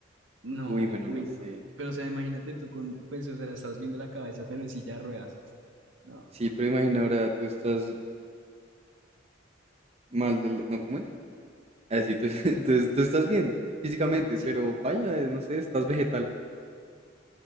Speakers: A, on the right; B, on the right.
A: No,
B: Uy, bueno,
A: uy,
B: no sé.
A: no. Pero, o sea, imagínate tú con, pues, o sea, estás bien de la cabeza, pero en silla de ruedas. No,
B: Sí, pero imagina ahora tú estás mal del... ¿No, cómo es? Así, tú, <laughs> entonces tú estás bien físicamente,
A: sí.
B: pero paila, eh, no sé, estás vegetal.